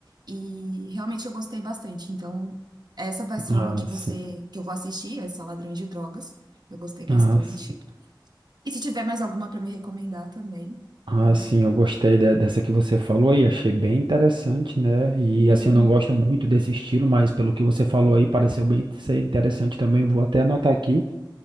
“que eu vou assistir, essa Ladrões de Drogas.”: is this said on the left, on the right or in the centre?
Right